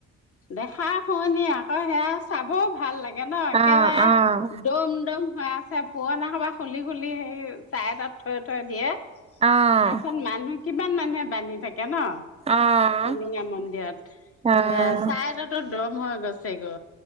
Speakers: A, on the left; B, on the right.
A: দেখা শুনি আকৌ সেয়া চাবও ভাল লাগ গে ন', একেবাৰে
B: অ', অ',
A: দম-দম হৈ আছে। পুৰণা সোপা খুলি - খুলি সেই ছাৰে তাত থৈ - থৈ দিয়ে। তাৰপিছত
B: অ',
A: মানুহ কিমান মানুহে বান্ধি থাকে ন'।
B: অ',
A: টিলিঙা মন্দিৰত। ‌
B: অ',
A: সেই চাহ এটাতো দ ম গছে গ